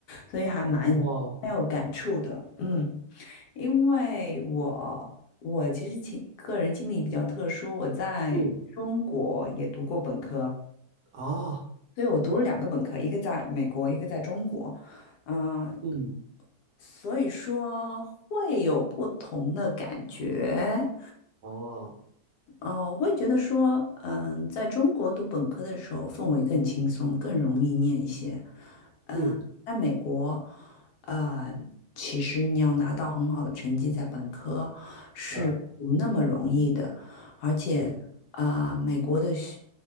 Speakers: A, on the left; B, on the right.
A: 所以还蛮
B: 哦
A: 蛮有感触的，嗯，因为我我其实情个人经历比较特殊，我在中国也读过本科。
B: 嗯，啊，
A: 所以我读了两个本科，一个在美国，一个在中国，嗯、
B: 嗯，
A: 所以说会有不同的感觉，
B: 哦，
A: 哦，我会觉得说，嗯，在中国读本科的时候，氛围更轻松，更容易念一些。嗯，
B: 嗯，
A: 在美国，呃，其实你要拿到很好的成绩在本科是不那么容易的，
B: 嗯
A: 而且，
B: 嗯
A: 呃，美国的学，